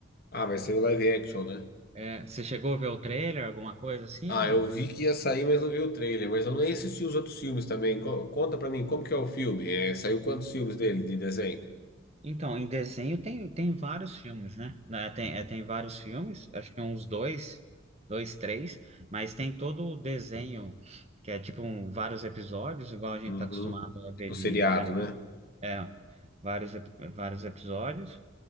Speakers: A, on the left; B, on the right.
A: Ah, vai ser o live action, né?
B: É, você chegou a ver o trailer, alguma coisa assim
A: Ah,
B: ou
A: eu
B: não?
A: vi que ia sair, mas não vi o trailer. Mas eu nem assisti os outros filmes também. Co- conta pra mim, como que é o filme? É, saiu quantos filmes dele de desenho?
B: Então, em desenho tem, tem vários filmes, né? Né, Tem, é, tem vários filmes, acho que uns dois, dois, três, mas tem todo o desenho, que é tipo um- vários episódios, igual a gente
A: Uhum.
B: tá acostumado a
A: Tipo
B: ver de,
A: seriado,
B: de anime.
A: né?
B: É, vários, ep- vários episódios.